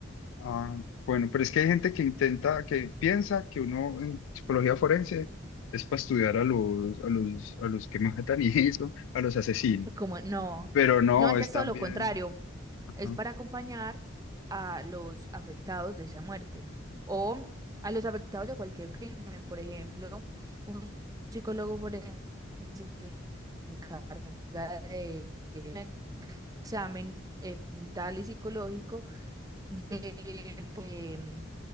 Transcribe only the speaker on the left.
Ah, bueno, pero es que hay gente que intenta, que piensa que uno en psicología forense es para estudiar a los, a los, a los que matan y eso, a los asesinos.
Pero no,
es
también,
ajá,